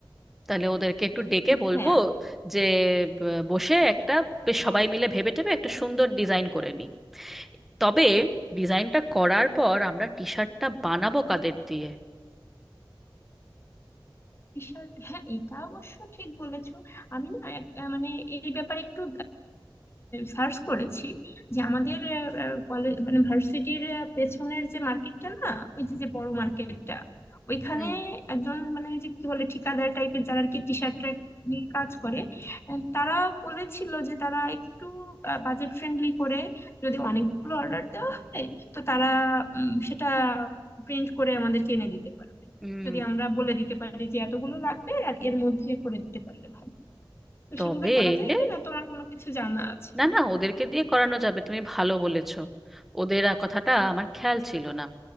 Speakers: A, in the centre; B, on the left.
A: তাহলে ওদেরকে একটু ডেকে
B: উম,
A: বলবো
B: হ্যাঁ
A: যে ব- বসে একটা বেশ সবাই মিলে ভেবে টেবে একটা সুন্দর ডিজাইন করে নিই তবে ডিজাইনটা করার পর আমরা টি শার্টটা বানাবো কাদের দিয়ে
B: ঈশ্বর হ্যাঁ এটা অবশ্য ঠিক বলেছো আমি না এক- আহ, মানে এই ব্যাপারে একটু সার্চ করেছি যে আমাদের কলেজ মানে ভার্সিটির পেছনের যে মার্কেটটা না ওই যে যে বড় মার্কেটটা ওইখানে
A: হুম
B: একজন মানে ওই যে কি বলে ঠিকাদার টাইপের যারা আর কি টি শার্ট নিয়ে কাজ করে আহ, তারা বলেছিল যে তারা একটু বাজেট ফ্রেন্ডলি করে যদি অনেকগুলো অর্ডার দেওয়া হয় তো তারা উম, সেটা প্রিন্ট করে আমাদেরকে এনে দিতে পারবে
A: হুম
B: যদি আমরা বলে দিতে পারি যে এতগুলো লাগবে আর এর মধ্যে করে দিতে পারলে ভালো তো
A: তবে
B: সেভাবে করা যায়
A: না
B: কি না তোমার কোনো কিছু জানা আছে
A: না ওদেরকে দিয়ে করানো যাবে তুমি ভালো বলেছো ওদের আ- কথাটা আমার খেয়াল ছিল না